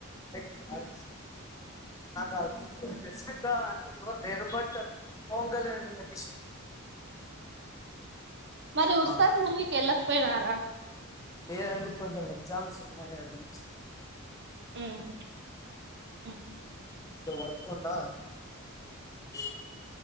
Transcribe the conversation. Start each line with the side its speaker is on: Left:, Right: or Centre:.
Left: క నాకు ఆన్ స్పెసిఫిక్ గా అంటే ఎవరు లేరు బట్ పవన్ కళ్యాణ్ అంటే
Right: మరి ఉత్సాద్
Left: ఆ
Right: మూవీకి వెళ్లకపోయారా
Left: లేదండి కొంచెం ఎగ్జామ్స్ ఉన్నాయండీ
Right: ఉమ్ ఉ
Left: వర్కున్నా కి